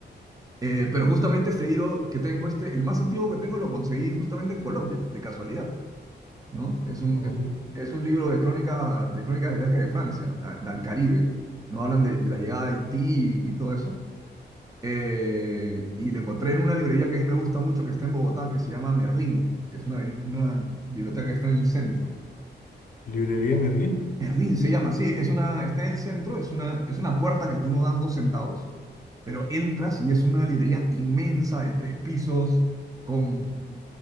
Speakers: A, on the right; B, on the left.
A: Eh, pero justamente este Hero que tengo, este, el más antiguo que tengo, lo conseguí justamente en Colombia, de casualidad, ¿no? Es un,
B: ¿Cómo
A: es,
B: así?
A: es un libro de crónica, de crónicas de viaje de Francia, a- al Caribe, ¿no? Hablan de, de la llegada de Haití y, y todo eso. Eh, y lo encontré en una librería que a mí me gusta mucho, que está en Bogotá, que se llama Merlín, que es una, bi- una biblioteca que está en el centro
B: ¿Librería Merlín?
A: Merlín se llama, sí, es una, está en el centro, es una, es una puerta que tú no das dos centavos, pero entras y es una librería inmensa de tres pisos, con